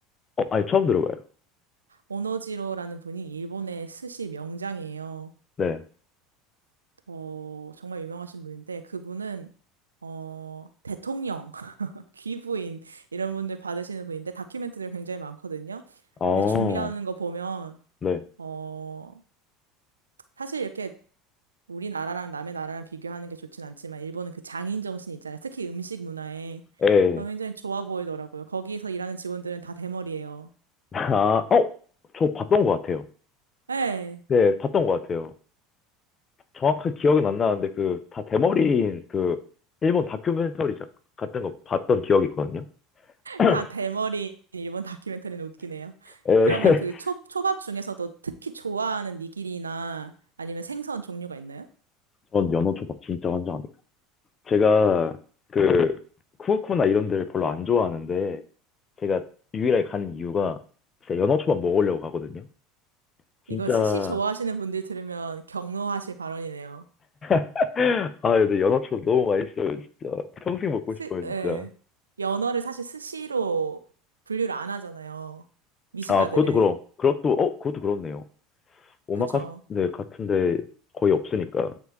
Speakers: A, on the left; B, on the right.
A: 어, 아니, 처음 들어봐요.
B: 오노지로라는 분이 일본의 스시 명장이에요.
A: 네.
B: 어, 정말 유명하신 분인데 그분은 어, 대통령, <laughs> 귀부인 이런 분들 받으시는 분인데 다큐멘터리가 굉장히 많거든요.
A: 어,
B: 근데 준비하는 거 보면
A: 네.
B: 어, 사실 이렇게 우리나라랑 남의 나라랑 비교하는 게 좋진 않지만 일본은 그 장인 정신 있잖아요. 특히 음식 문화에
A: 예.
B: 어, 굉장히 좋아 보이더라고요. 거기서 일하는 직원들은 다 대머리예요.
A: <laughs> 아, 어, 저 봤던 것 같아요.
B: 네,
A: 네, 봤던 것 같아요. 정확한 기억은 안 나는데 그 다 대머리인 그 일본 다큐멘터리 작- 같은 거 봤던 기억이 있거든요. <clears throat>
B: 다 대머리 일본 다큐멘터리는 웃기네요.
A: 에
B: 그러면 그
A: <laughs>
B: 초, 초밥 중에서도 특히 좋아하는 니기리나 아니면 생선 종류가 있나요?
A: 전 연어 초밥 진짜 환장합니다. 제가 그 쿠오쿠나 이런 데를 별로 안 좋아하는데 제가 유일하게 가는 이유가 진짜 연어 초밥 먹으려고 가거든요. 진짜
B: 이거 스시 좋아하시는 분들 들으면 경로하실 발언이네요.
A: <laughs> 아 근데 연어 초밥 너무 맛있어요 진짜 평생 먹고
B: 스,
A: 싶어요 진짜.
B: 예, 연어를 사실 스시로 분류를 안 하잖아요. 미식가들은.
A: 아 그것도 그럼 그것도 어 그것도 그렇네요. 오마카세
B: 그쵸.
A: 네, 같은데 거의 없으니까.